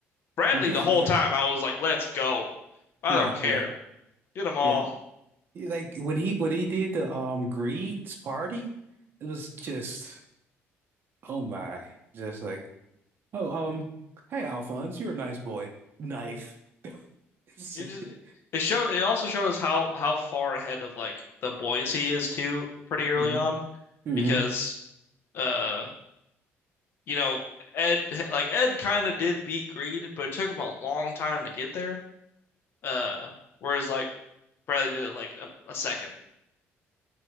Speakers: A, on the left; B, on the right.
A: Bradley,
B: yeah,
A: the whole time I was like, let's go.
B: <laughs>
A: I
B: yeah,
A: don't care.
B: yeah,
A: Get them all.
B: yeah. Like when he when he did the um Greed's party, it was just oh my, just like oh um hey Alphonse, you're a nice boy. Knife. <laughs> It's
A: He
B: like,
A: just it showed it also showed us how how far ahead of like the boys he is too pretty early
B: mhm,
A: on
B: mhm,
A: because uh you know Ed like Ed kind of did beat Greed, but it took him a long time to get there. Uh, whereas like Bradley did it in like a, a second.